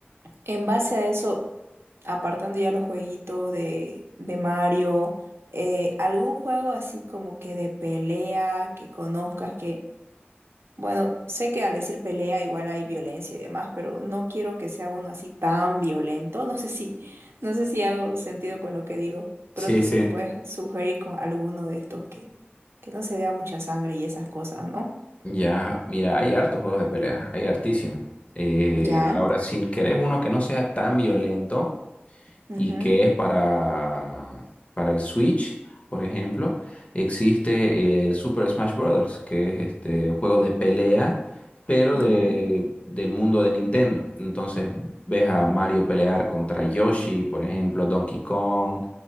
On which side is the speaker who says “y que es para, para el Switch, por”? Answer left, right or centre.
Left